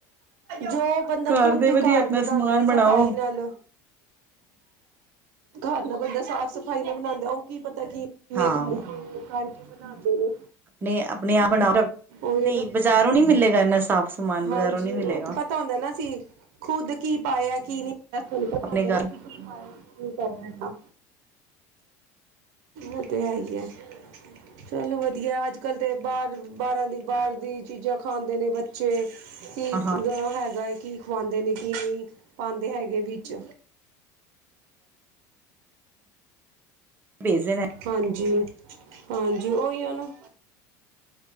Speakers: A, on the right (about 70°); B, on the right (about 25°).
A: ਜੋ। ਬੰਦਾ
B: ਘਰ
A: ਖੁਦ
B: ਦੇ ਵਧੀਆ
A: ਘਰ
B: ਆਪਣਾ
A: ਬਣਾਂਣਦਾ
B: ਸਮਾਨ ਬਣਾਓ
A: ਸਫ਼ਾਈ ਨਾਲ। ਘਾਰ ਨਾ ਬੰਦਾ ਸਾਫ਼-ਸਫ਼ਾਈ ਨਾ ਬਣਾਨਦੇ ਓ ਕੀ ਪਤਾ ਕੀ। <inaudible> ਕਰਕੇ
B: ਹਾਂ
A: ਬਣਾਨਦੇ ਨੇ।
B: ਨੇ ਆਪਣੇ ਆਪ ਬਣਾੳ
A: ਉਹੀ
B: ਨਈ
A: ਨਾ
B: ਬਜ਼ਾਰੋਂ ਨੀ ਮਿਲੇਗਾ ਇੰਨਾ ਸਾਫ਼। ਸਮਾਨ
A: ਹਾਂਜੀ,
B: ਬਾਜ਼ਾਰੋਂ ਨਹੀਂ ਮਿਲੇਗਾ
A: ਉ ਤੇ ਪਤਾ ਹੁੰਦੇ ਨਾ ਅਸੀ ਖੁੱਦ ਕੀ ਪਾਇਐ ਕੀ ਨੀ ਪਾਇਆ ਸਾਨੂੰ ਪਤਾ
B: ਆਪਣੇ
A: ਹੁੰਦੇ
B: ਘਰ
A: ਨਾ। ਕੀ ਪਾਇਆ ਕੀ ਨਈ ਪਾਇਆ ਓ ਤੇ ਹੈ ਹੀ ਏ। ਚਲ ਵਧੀਆ ਅੱਜ-ਕੱਲ ਤੇ ਬਾਰ ਬਾਰਾਂ ਦੀ ਬਾਰ ਦੀ ਚੀਜ਼ਾਂ ਖਾਣ ਹੁੰਦੇ ਨੇ ਬੱਚੇ ਕੀ
B: ਹਾਂ ਹਾਂ
A: ਹੈਗਾ ਏ ਕੀ ਖਵਾਦੇ ਨੇ ਕੀ ਨਈ। ਪਾਂਦੇ ਹੈਗੇ ਵਿੱਚ।
B: ਭੇਜਦੇ ਨੇ
A: ਹਾਂਜੀ-ਹਾਂਜੀ ਉਇੳ ਨਾ।